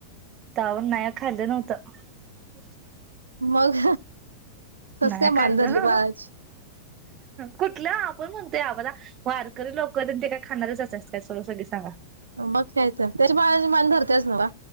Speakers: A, on the right (about 30°); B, on the right (about 80°).
A: तवण नाही खाल्लं नव्हतं <inaudible>
B: मग. कस
A: नाही
B: काय मान
A: काललं
B: धरली बाळाची
A: कुठलं. कोण म्हणतोय बघला वारकरी लोकर ते काय खाणारचत काय सर्व सगळी सांगा.
B: मग काय तर त्याच्या मा मान धरतेच ना बा